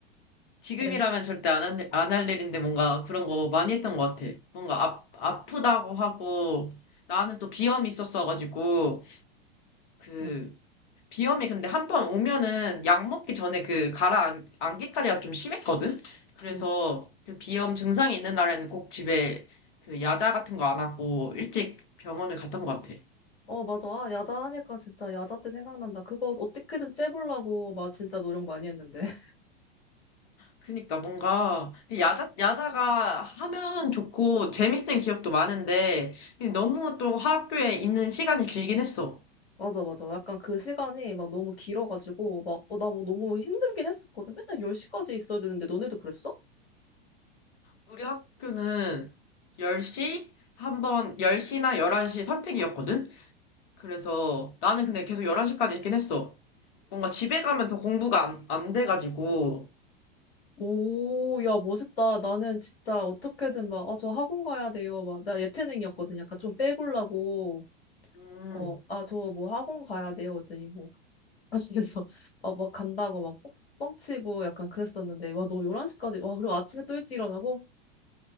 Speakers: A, on the left; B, on the left.
A: 지금이라면
B: 네.
A: 절대 안 할, 안할 일인데 뭔가 그런 거 많이 했던 것 같아. 뭔가 아, 아프다고 하고, 나는 또 비염이 있었어가지고, 그,
B: 응.
A: 비염이 근데 한번 오면은 약 먹기 전에 그 가라앉기까지가 좀 심했거든? 그래서
B: 응.
A: 그 비염 증상이 있는 날에는 꼭 집에 그 야자 같은 거 안 하고 일찍 병원을 갔던 것 같아.
B: 어, 맞아. 아, 야자 하니까 진짜 야자 때 생각난다. 그거 어떻게든 째보려고 막 진짜 노력 많이 했는데. <laughs>
A: 그니까 뭔가 야자 야자가 하면 좋고 재밌는 기억도 많은데 너무 또 학교에 있는 시간이 길긴 했어.
B: 맞아, 맞아. 약간 그 시간이 막 너무 길어가지고 막, 어, 나 뭐 너무 힘들긴 했었거든. 맨날 10시까지 있어야 되는데 너네도 그랬어?
A: 우리 학교는 10시 한 번, 10시나 11시 선택이었거든? 그래서 나는 근데 계속 11시까지 있긴 했어. 뭔가 집에 가면 더 공부가 안, 안 돼가지고.
B: 오, 야, 멋있다. 나는 진짜 어떻게든 막, 아, 저 학원 가야 돼요. 막, 나 예체능이었거든. 약간 좀 빼보려고,
A: 음,
B: 어, 아, 저 뭐 학원 가야 돼요. 그랬더니 뭐, <laughs> 그래서, 아, 막 간다고 막 뻥- 뻥치고 약간 그랬었는데, 와, 너 11시까지, 와, 그리고 아침에 또 일찍 일어나고?